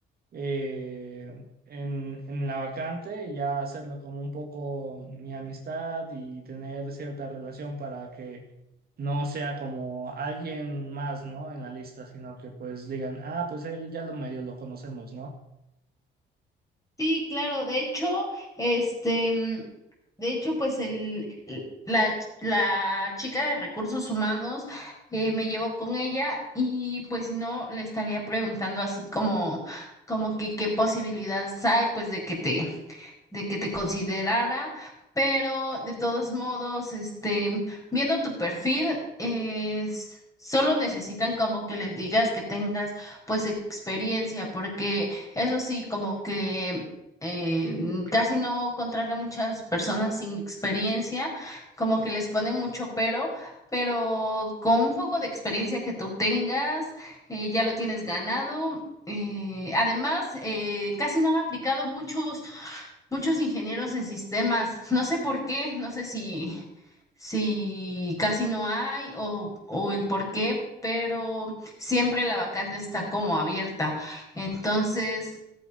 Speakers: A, on the right; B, on the left.
A: eh, en, en la vacante, ya hacerlo como un poco mi amistad y tener cierta relación para que no sea como alguien más, ¿no? En la lista, sino que pues digan, ah, pues él ya lo medio lo conocemos, ¿no?
B: Sí, claro, de hecho, este, mm, de hecho, pues el, el- la, ch- la chica de recursos humanos eh, me llevó con ella y pues si no, le estaría preguntando así como, como que qué posibilidades hay pues de que te de que te considerara, pero de todos modos, este, viendo tu perfil, es, solo necesitan como que les digas que tengas pues experiencia, porque eso sí, como que eh, casi no contratan muchas personas sin experiencia, como que les ponen mucho pero. Pero con un poco de experiencia que tú tengas, eh, ya lo tienes ganado. Eh, además, eh, casi no han aplicado muchos muchos ingenieros en sistemas. No sé por qué, no sé si, si casi no hay o, o el por qué, pero siempre la vacante está como abierta. Entonces,